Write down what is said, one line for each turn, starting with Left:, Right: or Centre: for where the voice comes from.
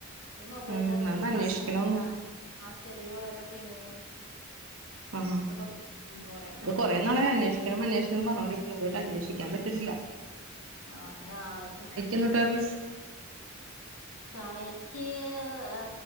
Left: ഈ മൊബൈലിലൊക്കെ
Right: ഉം അതൊന്ന് അന്വേഷിക്കണൊന്ന്
Left: കാണിക്ക ചെറിയ ഓരോ പ്രീമിയം
Right: ആ
Left: ഒക്കെ തൊ പറയണ്ടായിരുന്നു
Right: ഇത് കൊറേ നാളായി അന്വേഷിക്കണം അന്വേഷ ക്കണം ന്ന്‌ പറഞ്ഞൊണ്ടിരിക്കണ് ഇത് വരെ അന്വേഷിക്കാൻ പറ്റിട്ടില്ല
Left: ആ ആവശ്യം
Right: എന്തുട്ടായിരുന്നു
Left: <inaudible> ചായക്ക് ആ